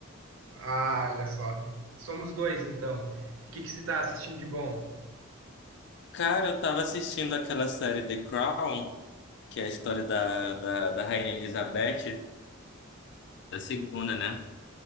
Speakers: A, on the right; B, on the left.
A: Ah, olha só. Somos dois, então. O que que você está assistindo de bom?
B: Cara, eu tava assistindo aquela série The Crown, que é a história da, da, da Rainha Elizabeth, da segunda, né?